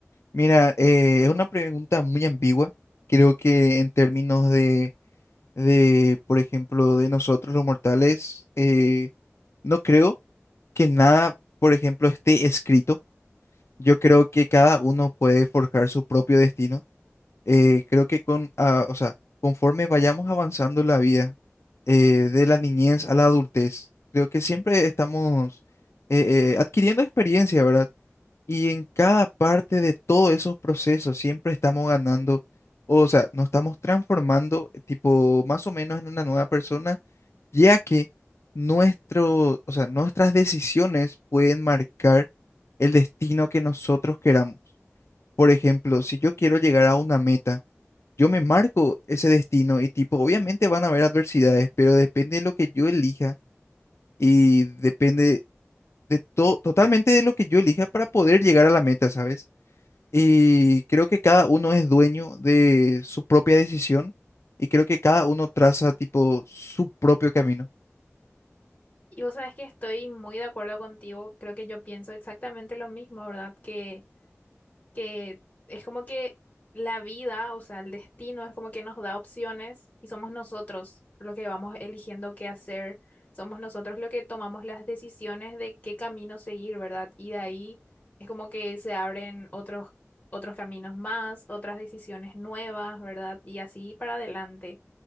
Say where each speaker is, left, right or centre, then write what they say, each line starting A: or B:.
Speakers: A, on the left; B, on the left.
A: Mira, eh, es una pregunta muy ambigua. Creo que en términos de, de, por ejemplo, de nosotros los mortales, eh, no creo que nada, por ejemplo, esté escrito. Yo creo que cada uno puede forjar su propio destino. Eh, creo que con, ah, o sea, conforme vayamos avanzando en la vida, eh, de la niñez a la adultez, creo que siempre estamos eh, eh, adquiriendo experiencia, ¿verdad? Y en cada parte de todos esos procesos siempre estamos ganando, o sea, nos estamos transformando, tipo, más o menos en una nueva persona ya que nuestro, o sea, nuestras decisiones pueden marcar el destino que nosotros queramos. Por ejemplo, si yo quiero llegar a una meta, yo me marco ese destino y tipo, obviamente van a haber adversidades, pero depende de lo que yo elija y depende de todo, totalmente de lo que yo elija para poder llegar a la meta, ¿sabes? Y creo que cada uno es dueño de su propia decisión y creo que cada uno traza tipo su propio camino Mm,
B: Y vos sabes que estoy muy de acuerdo contigo, creo que yo pienso exactamente lo mismo, ¿verdad? Que que es como que la vida, o sea, el destino es como que nos da opciones y somos nosotros lo que vamos eligiendo qué hacer, somos nosotros lo que tomamos las decisiones de qué camino seguir, ¿verdad? Y de ahí es como que se abren otros, otros caminos más, otras decisiones nuevas, ¿verdad? Y así para adelante.